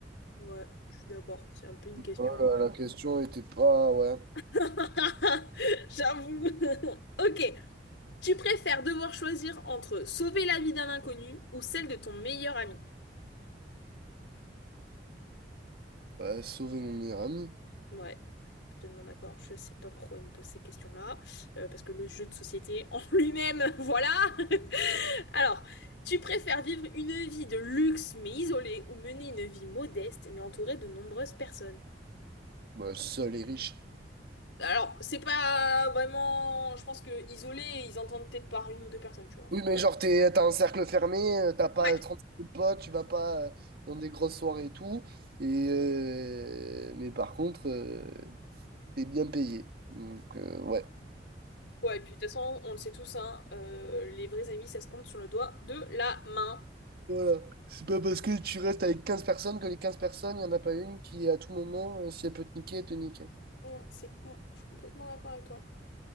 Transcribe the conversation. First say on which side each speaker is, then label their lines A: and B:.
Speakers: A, on the left (about 85°); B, on the right (about 60°).
A: Ouais, je suis d'accord, c'est un peu une question.
B: Voilà, la question était pas, ouais.
A: <laughs> J'avoue. <laughs> Ok. Tu préfères devoir choisir entre sauver la vie d'un inconnu ou celle de ton meilleur ami?
B: Bah, sauver mon meilleur ami.
A: Ouais, complètement d'accord. Je sais pas pourquoi il me pose ces questions-là, euh, parce que le jeu de société en <laughs> lui-même, voilà. <laughs> Alors, tu préfères vivre une vie de luxe mais isolée ou mener une vie modeste mais entourée de nombreuses personnes?
B: Bah, seul et riche.
A: Alors, c'est pas vraiment, je pense que isolé, ils entendent peut-être par une ou deux personnes, tu vois.
B: Oui, mais genre, t'es, t'as un cercle fermé, euh, t'as pas
A: Ouais.
B: 35 000 potes, tu vas pas euh, dans des grosses soirées et tout. Et, euh, mais par contre, euh, t'es bien payé. Donc, euh, ouais.
A: Ouais, et puis de toute façon, on le sait tous, hein, euh, les vrais amis, ça se compte sur le doigt de la main.
B: Voilà. C'est pas parce que tu restes avec 15 personnes que les 15 personnes, il n'y en a pas une qui, à tout moment, euh, si elle peut te niquer, elle te nique.
A: Non, C'est bon, je suis complètement d'accord avec toi.